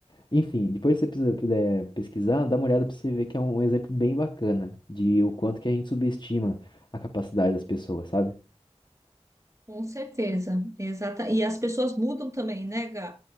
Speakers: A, on the left; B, on the right.
A: Enfim, depois se você precisa- puder pesquisar, dá uma olhada para você ver que é um exemplo bem bacana de o quanto que a gente subestima a capacidade das pessoas, sabe?
B: Com certeza, exata. E as pessoas mudam também, né, Gá?